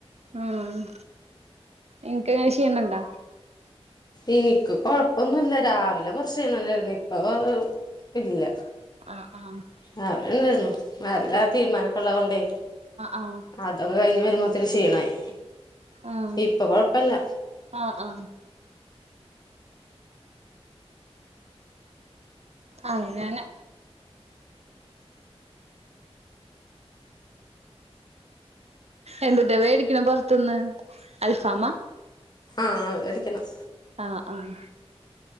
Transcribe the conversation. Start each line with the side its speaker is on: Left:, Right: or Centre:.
Right: ആഹ് ഇൻക്കെങ്ങനെ ക്ഷീണം ഉണ്ടോ
Left: ഇൻക്ക് കൊഴപ്പൊന്നുല്ല രാവിലെ കൊർച്ച് ക്ഷീണണ്ടായിരുന്നു. ഇപ്പ വ ഓ ഇല്ലാ
Right: ആഹ് ആഹ്
Left: രാവില ഇണ്ടായിരുന്നു രാവിലെ ആ തീരുമ്പാനൊക്കെ ഉള്ളതോണ്ടേ.
Right: ആഹ്
Left: അതൊക്കെ കഴിഞ്ഞ് വരുമ്പോത്തിന് ക്ഷീണായി.
Right: ആഹ്
Left: ഇപ്പൊ കൊഴപ്പല്ല
Right: ആ ആ അങ്ങനെ. എന്തൂട്ടാ വേടിക്ക്ണ പൊർത്ത്ന്ന് അൽഫാമാ
Left: ആഹ്, അടിക്കെണം.
Right: ആഹ്, ആഹ്,